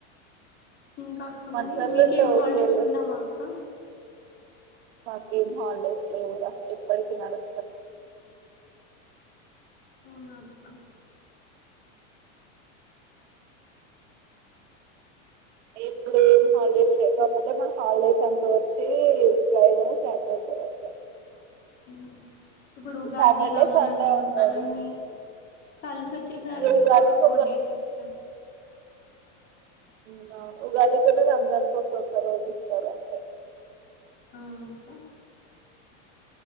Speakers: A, on the left; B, on the right.
A: ఇంకా అక్క
B: మంచోళ్ళు
A: మరి? మీకేం
B: ఉంటే ఓకేలే
A: హాలిడేస్ ఉండవా అక్క?
B: మాకేం హాలిడేస్ లేవుర. ఎప్పటికి నడుస్తనె ఉంటాయి.
A: అవునా అక్క.
B: ఇప్పుడేం హాలిడేస్ లేవ్. కాకపోతే మాక్ హాలిడేస్ అంతా వచ్చివి ఫ్రైడే, సాటర్డే అట్ల.
A: మ్ ఇప్పుడు ఉగాది,
B: సాటర్డే
A: రంజాన్
B: సండే ఉంటది
A: అన్ని, కలిసోచ్చేసరికి
B: ఈ ఉగాదికి
A: ఇప్పుడు ఒక ఫోర్ డేస్ ఇత్తరు.
B: మ్ అవును. ఉగాదికూను రంజాన్ కి ఒక్కొక్క రోజు ఇస్తారు అంతె.
A: అవున అక్క